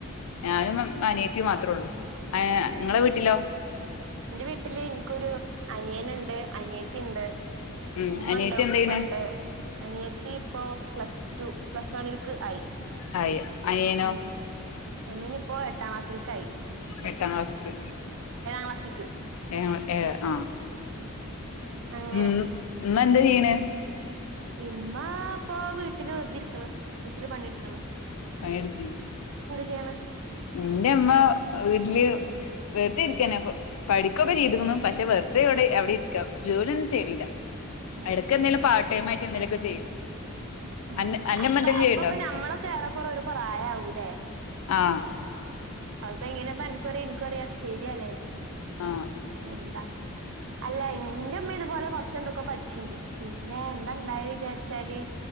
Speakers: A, on the left; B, on the right.
A: ഞാനും അനിയത്തി അനിയാത്തി മാത്രേ ഉള്ളൂ
B: ആ
A: നിങ്ങളെ വീട്ടിലോ
B: എന്റെ വീട്ടിൽ എനിക്കൊരു അനിയനുണ്ട് അനിയാത്തിയുണ്ട്
A: ഉം
B: ഉമ്മാണ്ട്
A: അനിയത്തി
B: ഉപ്പണ്ട്
A: എന്ത് ചെയ്യണ്
B: അനിയത്തി ഇപ്പോ പ്ലസ് ടു പ്ലസ് വണ്ണിലേക്ക് ആയി
A: ആ അനിയനോ
B: ഉം അനിയൻ ഇപ്പോ എട്ടാം ക്ലാസൽക്കായി
A: എട്ടാം ക്ലാസ്സ്‌
B: ക്ലാസ്സിക്ക്
A: ഏ ഏ ആഹ
B: അങ്ങനെ
A: ഉ ഇന്നു എന്താ ചെയ്യണേ
B: പിന്നെ ഇപ്പൊ വീട്ടിൽ വെറുതെ ഇരിക്കാണ് വീട്ടിലെ പണിയെടുക്കണം
A: പണിയെടുക്കുന്ന
B: ചെയാണ്
A: എന്റെ അമ്മ വീട്ടില് വെറുതെ ഇരിക്കാണ് ഇപ്പൊ പഠിക്കൊക്കെ ചെയ്തിരുന്നു പക്ഷെ വെറുതെ ഇവിടെ എവിടെ ഇരിക്കാം ജോലി ഒന്നും ചെയ്യണില്ല
B: അത്
A: ഇടയ്ക്കു
B: ശരി
A: എന്തെങ്കിലും പാർട്ടെമായിട്ട് എന്തേലും ഓക്കെ ചെയ്യും
B: അങ്ങനെ
A: അന്റെ അന്റെമ്മ
B: അപ്പ
A: എന്തേലും
B: അപ്പപ്പ
A: ചെയ്യണ്ടോ
B: നമ്മളൊക്കെ ഏറെക്കറ ഒരു പ്രായ ആകൂല്ലേ
A: ആം
B: അപ്പോ എങ്ങനെ അനക്കും ഇനാകും അറിയാ ശരിയല്ലേ
A: ആഹ്
B: എന്താ അല്ല എന്റെ ഉമ്മ ഇതുപോലെ കുറച്ച് എന്തൊക്കെ പഠിച്ചിണ്ട് പിന്നെ എന്തണ്ടായ വിചാരിച്ച ചലി